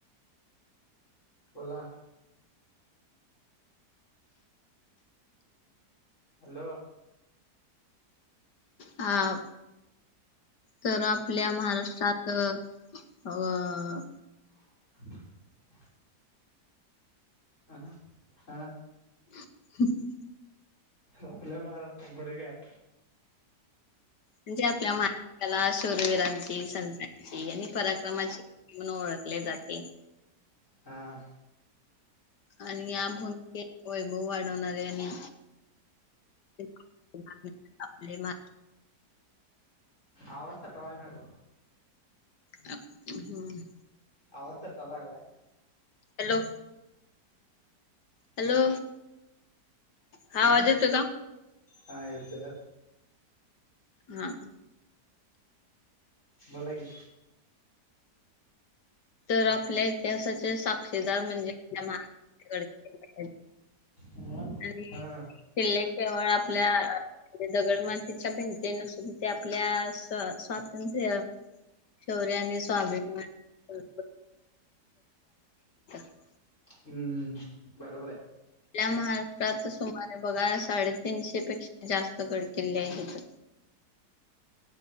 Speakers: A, on the left; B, on the left.
A: बोला ना हॅलो
B: हा तर आपल्या महाराष्ट्रात तर अं
A: <inaudible> हॅलो हा
B: <unintelligible>
A: आपल्या महाराष्ट्रात पुढे काय?
B: म्हणजे आपल्या महाराष्टाला शुरवीरांची, संतांची आणि पराक्रमाची म्हणून ओळखल्या जाते.
A: हां
B: आणि आपुण ते वैभव वाढवणारे आणि <unintelligible>
A: आवज थटलाय मॅडम
B: हं हम्म
A: आवाज थटाय लागलाय.
B: हॅलो हॅलो हा आवाज
A: आं
B: येतो का
A: हा येतोय येतोय
B: हा
A: बोला की
B: तर आपल्या इतिहासाचे साक्षीदार म्हणजे आपल्या महाराष्ट्राचे गडकिल्ले आहेत.
A: हा
B: आणि
A: हा
B: किल्ले केवळ आपल्या दगडमातीच्या भिंती नसून ते आपल्या स स्वातंत्र्य शौर्य आणि स्वाभिमान <unintelligible>
A: हम्म बरोबर आहे.
B: आपल्या महाराष्ट्रात सुमारे बघा साडेतीनशे पेक्षा जास्त गडकिल्ले आहेत.